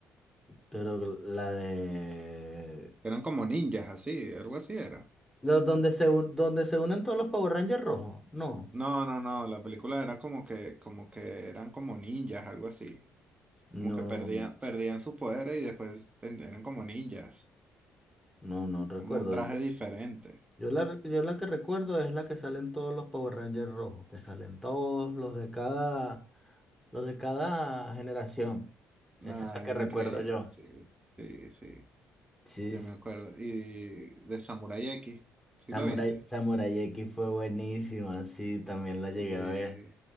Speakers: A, in the centre; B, on the right.
A: Pero la de...
B: Eran como ninjas, así, algo así era.
A: Los donde se, un- donde se unen todos los Power Rangers rojos. No.
B: No, no, no, la película era como que, como que eran como ninjas, algo así.
A: No,
B: Como que perdían, perdían sus poderes y después ten- eran como ninjas.
A: no, no recuerdo.
B: Como un traje diferente.
A: Yo la, yo la que recuerdo es la que salen todos los Power Rangers rojos, que salen todos los de cada, los de cada generación.
B: Nada,
A: Esa es la que
B: era
A: recuerdo
B: increíble,
A: yo.
B: sí, sí, sí.
A: Sí,
B: Yo
A: sí.
B: me acuerdo. Y de Samurai X, ¿sí
A: Samurai,
B: la viste?
A: Samurai X fue buenísima, sí, también la llegué
B: Sí.
A: a ver.